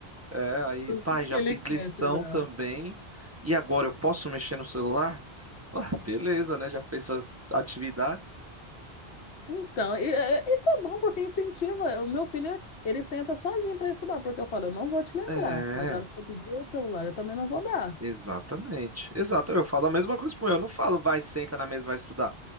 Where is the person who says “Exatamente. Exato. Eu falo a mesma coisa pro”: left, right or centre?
Right